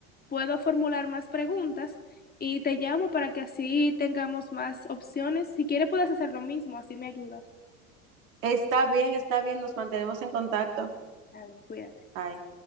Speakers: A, on the left; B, on the right.
A: puedo formular más preguntas y te llamo para que así tengamos más opciones. Si quieres, puedes hacer lo mismo, así me ayudas.
B: está bien, está bien, nos mantenemos en contacto.
A: Está bien, cuídate.
B: Ay.